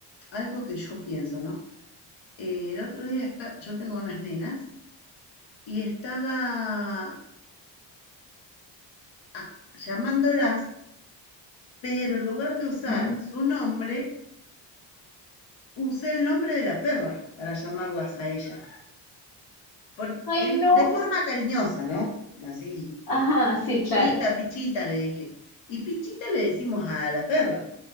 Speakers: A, on the left; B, on the left.
A: algo que yo pienso, ¿no? Eh, el otro día está, yo tengo unas nenas y estaba ah, llamándolas, pero en lugar de usar
B: Ujú.
A: su nombre, usé el nombre de la perra para llamarlas a ellas. por-
B: Ay,
A: en-
B: no.
A: de forma cariñosa, ¿no? Así,
B: Ajá, sí,
A: pichita,
B: claro.
A: pichita, le dije. Y pichita le decimos a la perra.